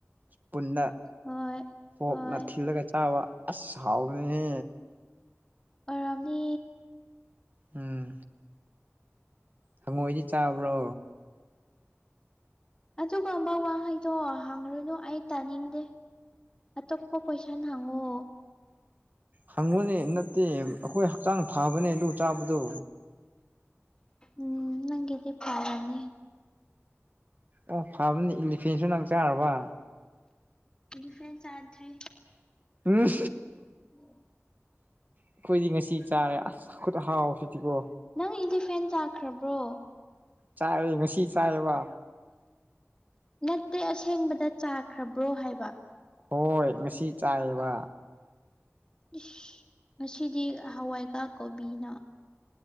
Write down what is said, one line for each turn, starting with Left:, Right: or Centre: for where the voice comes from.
Right: ꯄꯨꯟꯅ
Left: ꯍꯣꯏ
Right: ꯀꯣꯛꯅ
Left: ꯍꯣꯏ
Right: ꯊꯤꯜꯂꯒ ꯆꯥꯕ ꯑ ꯁꯥꯎꯅꯤ
Left: ꯑꯔꯝꯗꯤ
Right: ꯎꯝ ꯍꯪꯉꯣꯏꯗꯤ ꯆꯥꯕ꯭ꯔꯣ
Left: ꯑꯗꯨꯒꯕ ꯋꯥꯍꯩꯗꯣ ꯍꯥꯡꯉꯔꯨꯅꯨ ꯑꯩ ꯇꯥꯅꯤꯡꯗꯦ ꯑꯇꯣꯞꯄ ꯀꯣꯏꯁꯟ ꯂꯉꯣ
Right: ꯍꯪꯕꯅꯦ ꯅꯠꯇꯦ ꯑꯩꯈꯣꯏ ꯍꯛꯆꯥꯡ ꯐꯕꯅꯦ ꯂꯨ ꯆꯥꯕꯗꯣ
Left: ꯎꯝ ꯅꯪꯒꯤꯗꯤ ꯄꯥꯔꯅꯤ
Right: ꯑꯣ ꯐꯥꯕꯅꯤ ꯏꯂꯤꯐꯦꯟꯁꯨ ꯅꯪ ꯆꯥꯔꯕ
Left: ꯗꯤꯐꯦꯟ ꯆꯥꯗ꯭ꯔꯤ
Right: ꯎꯝ
Left: ꯑꯣꯝ
Right: ꯑꯩꯈꯣꯏꯗꯤ ꯉꯁꯤ ꯆꯥꯔꯦ ꯑꯁ ꯈꯨꯗ ꯍꯥꯎꯁꯤꯗꯤꯀꯣ
Left: ꯅꯪ ꯏꯂꯤꯐꯦꯟ ꯆꯥꯈ꯭ꯔꯕ꯭ꯔꯣ
Right: ꯆꯥꯏꯔꯦ ꯉꯁꯤ ꯆꯥꯏꯌꯦꯕ
Left: ꯅꯠꯇꯦ ꯑꯁꯦꯡꯕꯗ ꯆꯥꯈ꯭ꯔꯕ꯭ꯔꯣ ꯍꯥꯏꯕ
Right: ꯍꯣꯏ ꯉꯁꯤ ꯆꯥꯏꯌꯦꯕ
Left: ꯏꯁ ꯉꯁꯤꯗꯤ ꯍꯋꯥꯏꯒꯔꯥꯛ ꯀꯣꯕꯤꯅ